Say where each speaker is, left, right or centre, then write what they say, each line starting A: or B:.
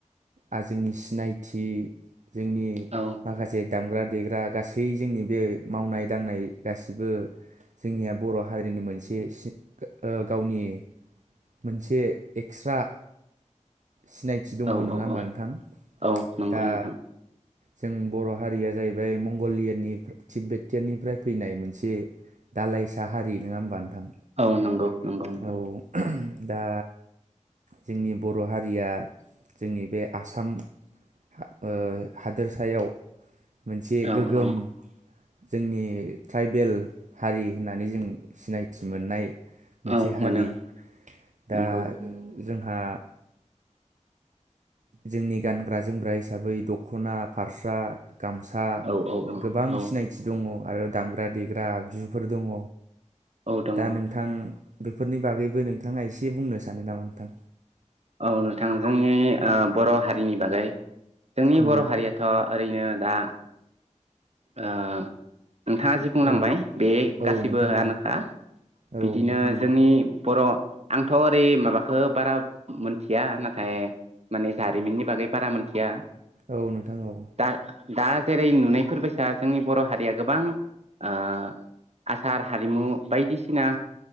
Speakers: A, on the right; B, on the right.
A: आरो जोंनि सिनायथि जोंनि
B: औ
A: माखासे दामग्रा देग्रा गासै जोंनि बे मावनाय दांनाय गासिबो जोंनिया बर' हारिनि मोनसे सि ओ गावनि मोनसे एक्सट्रा सिनायथि दङ'
B: औ
A: नङा
B: औ
A: होमबा
B: औ
A: नोंथां?
B: औ नंगौ
A: दा
B: नोंथां।
A: जों बर' हारिया जाहैबाय मंगलियानि तिबेतियाननिफ्राय फैनाय मोनसे दालाइसा हारि नङा होमबा? नोंथां
B: औ नंगौ नंगौ नोंथां।
A: औ दा जोंनि बर' हारिया जोंनि बे आसाम हा ओ हादोरसायाव मोनसे
B: औ
A: गोगोम
B: औ
A: जोंनि ट्राइबेल हारि होननानै जों सिनायथि मोननाय मोनसे
B: औ
A: हारि।
B: मोनो
A: दा
B: नंगौ
A: जोंहा जोंनि गानग्रा जोमग्रा हिसाबै दखना फास्रा गामसा
B: औ औ औ
A: गोबां
B: औ
A: सिनायथि दङ। आरो दामग्रा देग्रा आगजुफोर दङ।
B: औ दङ
A: दा नोंथां बेफोरनि बागैबो नोंथाङा एसे बुंनो सानो नामा नोंथां?
B: औ नोंथां जोंनि ओ बर' हारिनि बागै जोंनि
A: उम
B: बर' हारियाथ' ओरैनो दा ओ नोंथाङा जि बुंलांबाय
A: औ
B: बे
A: औ
B: गासैबोआनोखा
A: नोंथां औ औ
B: बिदिनो
A: नोंथां औ
B: जोंनि बर' आंथ' ओरै माबाखो बारा मोनथिया नाथाय माने जारिमिननि बागै बारा मोनथिया
A: औ नोंथां औ।
B: दा दा जेरै नुनायफोर बाय दा जोंनि बर' हारिया गोबां ओ आसार हारिमु बायदिसिना